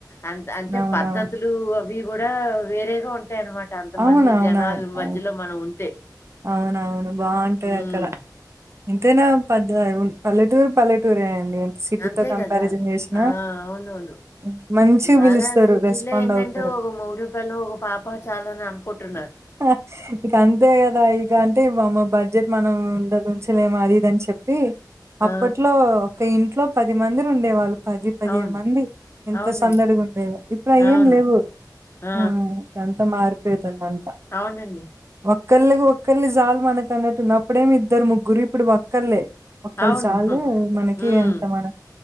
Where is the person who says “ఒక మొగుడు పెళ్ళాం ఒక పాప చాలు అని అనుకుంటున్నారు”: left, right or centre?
Left